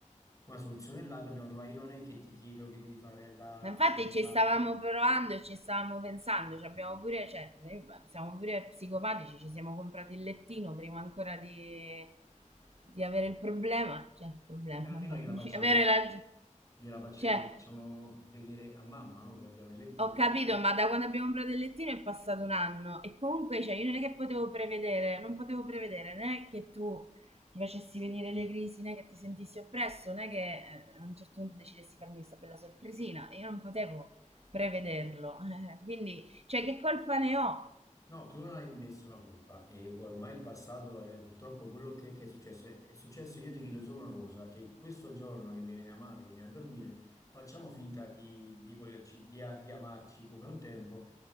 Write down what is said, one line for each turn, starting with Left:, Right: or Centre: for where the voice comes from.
Left: una soluzione là dobbiamo trovare. Io non è che ti chiedo che devi fare la
Right: Ma infatti
Left: fidanzata
Right: ci stavamo provando e ci stavamo pensando, ci abbiamo pure, cioè, noi siamo pure psicopatici, ci siamo comprati il lettino prima ancora di, di avere il problema, cioè, il problema,
Left: Eh, almeno
Right: vabbè,
Left: gliela
Right: di
Left: facciamo,
Right: avere la...
Left: gliela faccio-
Right: Cioè,
Left: gliela facciamo vedere a mamma, no? Che abbiamo il lettino.
Right: ho capito,
Left: che-
Right: ma da quando abbiamo comprato il lettino è passato un anno e comunque, cioè, io non è che potevo prevedere, non potevo prevedere né che tu ti facessi venire le crisi, né che ti sentissi oppresso, né che eh, a un certo punto decidessi farmi questa bella sorpresina. Io non potevo prevederlo. eh, quindi, cioè, che colpa ne ho?
Left: No, tu non hai nessuna colpa e ormai il passato è purtroppo quello che, che è successo. È è successo, io ti chiedo solo una cosa, che questo giorno che viene mia madre, che viene a dormire, facciamo finta di, di volerci, di, a- di amarci come un tempo